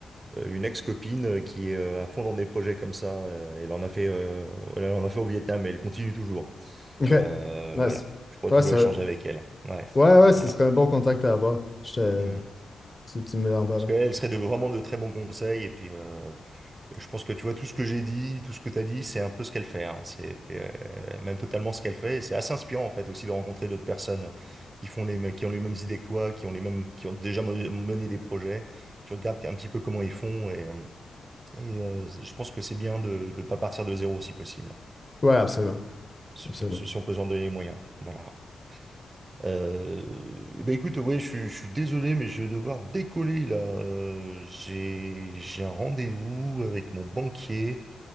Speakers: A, on the right; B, on the left.
A: euh, une ex-copine euh, qui est euh, à fond dans des projets comme ça. euh, Elle en a fait, euh, elle en a fait au Vietnam et elle continue toujours.
B: OK.
A: Euh,
B: Nice.
A: voilà. Je pourrais
B: Ouais,
A: toujours
B: ça,
A: échanger avec elle. Ouais.
B: ouais, ouais,
A: Voilà.
B: ce serait un bon contact à avoir. Je te,
A: Mm.
B: tu, tu me l'enverras.
A: Parce qu'elle serait de, vraiment de très bons conseils. Et puis, euh, je pense que tu vois, tout ce que j'ai dit, tout ce que tu as dit, c'est un peu ce qu'elle fait. hein. C'est euh, même totalement ce qu'elle fait. Et C'est assez inspirant, en fait, aussi de rencontrer d'autres personnes qui font les, mêmes- qui ont les mêmes idées que toi, qui ont les mêmes, qui ont déjà mo- mené des projets. Tu regardes un petit peu comment ils font. Et, euh, et euh, je pense que c'est bien de ne pas partir de zéro si possible.
B: Ouais, absolument.
A: Si
B: Absolument.
A: on peut, si on peut s'en donner les moyens. Voilà. Euh, eh ben écoute, ouais, je, suis je suis désolé, mais je vais devoir décoller là. Euh, j'ai, j'ai un rendez-vous avec mon banquier